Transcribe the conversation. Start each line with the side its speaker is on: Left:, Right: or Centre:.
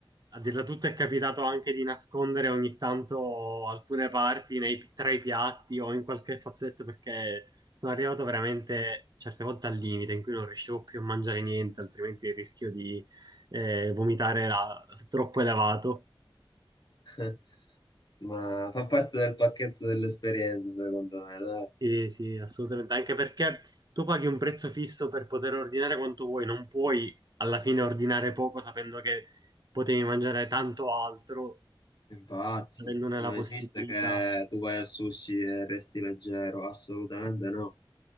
Right: a dirla tutta è capitato anche di nascondere ogni tanto alcune parti nei- tra i piatti o in qualche fazzoletto perché sono arrivato veramente certe volte al limite in cui non riuscivo più a mangiare niente, altrimenti il rischio di eh, vomitare era troppo elevato.
Left: <laughs> Ma fa parte del pacchetto dell'esperienza, secondo me, dai.
Right: Sì, sì, assolutamente, anche perché tu paghi un prezzo fisso per poter ordinare quanto vuoi, non puoi alla fine ordinare poco sapendo che potevi mangiare tanto altro,
Left: Infatti,
Right: avendone
Left: non
Right: la possibilità.
Left: esiste che tu vai al sushi e resti leggero, assolutamente no.